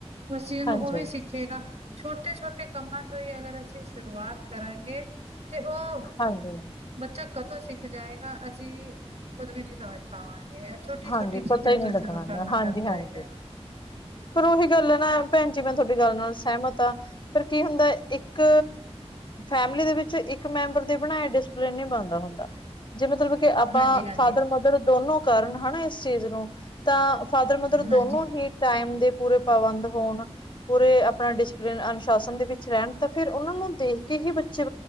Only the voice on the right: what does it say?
ੳਸ ਚੀਜ ਨੂ
ਉਹ ਵੀ ਸਿੱਖੇਗਾ। ਛੋਟੇ -ਛੋਟੇ ਕੰਮਾਂ ਤੋਂ ਹੀ ਅਗਰ ਅਸੀਂ ਸ਼ੁਰੂਆਤ ਕਰਾਂਗੇ ਤੇ ਉਹ
ਬੱਚਾ ਕਦੋਂ ਸਿੱਖ ਜਾਏਗਾ ਅਸੀਂ ਕੁਦ ਵੀ ਨਹੀਂ ਸਮਝ ਪਾਵਾਂਗੇ ਛੋਟੀ
ਛੋਟੀ ਚੀਜ਼ਾਂ
ਤੋਂ
ਸ਼ੁਰੂ
ਕਰਨਾ
ਪੈਂਦਾ
ਹੈਗਾ।
ਹਾਂਜੀ-ਹਾਂਜੀ,
ਹਾਂਜੀ-ਹਾਂਜੀ,